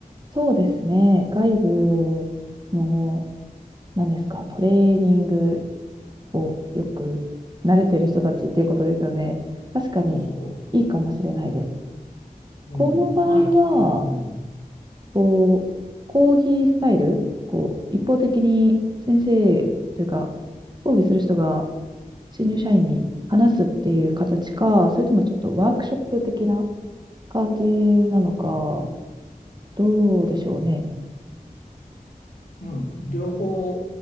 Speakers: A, on the right; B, on the left.
A: そうですね。外部の、何ですか、トレーニングをよく慣れてる人たちっていうことですよね。確かにいいかもしれないです。
B: そうそう。
A: この場合は、
B: うん、前、うん、
A: こう、講義スタイル、こう、一方的に先生というか、講義する人が新入社員に話すっていう形か、それともちょっとワークショップ的な感じなのか、どうでしょうね。
B: うん、両方、